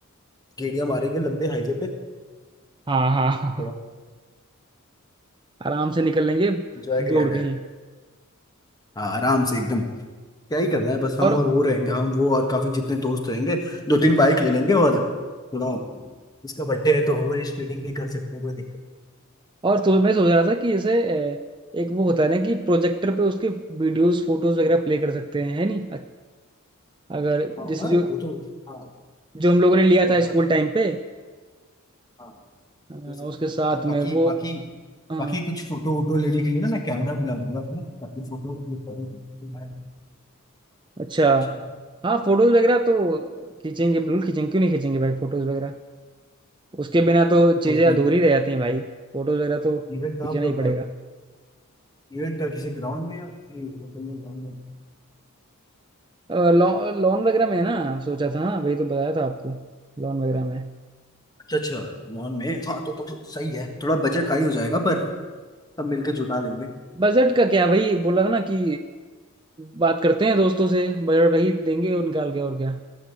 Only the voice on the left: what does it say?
गेड़िया मारेंगे लंबे हाईवे पे
थोड़ा
इंजॉय किया
जाएगा
हाँ आराम से एकदम क्या ही करना है बस हम
और वो रहेंगे हम वो और काफी जितने दोस्त रहेंगे दो तीन बाइक ले लेंगे और थोड़ा इसका बर्थडे है तो ओवर स्पीडिंग भी कर सकते हैं कोई दिक्कत
हाँ
हाँ,
वो तो हाँ
proper,
हाँ,
ले सकते
हैं
और बाकी
बाकी
बाकी कुछ फोटो वोटो लेने के लिए ना मैं कैमरा भी ला दूंगा अपना ताकि फोटो क्लिक करें
ठीक है
और
इवेंट कहाँ प्रोग्राम
है इवेंट का किसी ग्राउंड में या किसी होटल में ग्राउंड में
अच्छा अच्छा लॉन में हाँ तो, तो सही है थोड़ा बजट हाई हो जाएगा पर सब मिलके जुटा लेंगे